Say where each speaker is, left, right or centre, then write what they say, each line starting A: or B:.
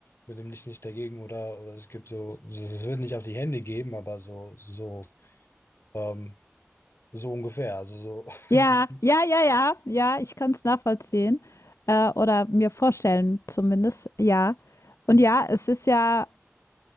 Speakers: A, on the left; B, on the left.
A: mit dem Licht nicht dagegen oder, oder es gibt so, es wird nicht auf die Hände geben, aber so, so, ähm, so ungefähr. Also so.
B: Ja,
A: <laughs>
B: ja, ja, ja, ja, ich kann es nachvollziehen äh, oder mir vorstellen zumindest, ja. Und ja, es ist ja,